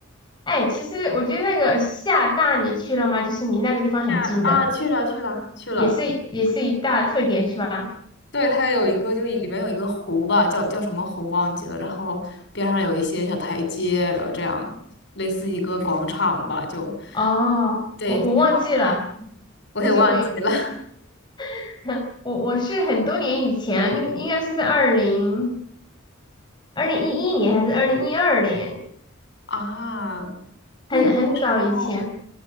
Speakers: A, on the left; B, on the left.
A: 哎，其实我觉得那个厦大你去了吗？就是离那个地方很近的。
B: 呀啊，去了去了去了，
A: 也是也是一大特点是吧？
B: 对，它有一个，就里面有一个湖吧，叫叫什么湖忘记了，然后边上有一些小台阶，然后这样类似一个广场吧，就
A: 哦，
B: 对，
A: 我我忘记了，
B: 挺好看。我也忘记了
A: 估计我也 <laughs> 我我是很多年以前了，应应该是在二零二零一一年还是二零一二年，
B: <laughs> 啊。
A: 很很早以前。
B: 那那个时候，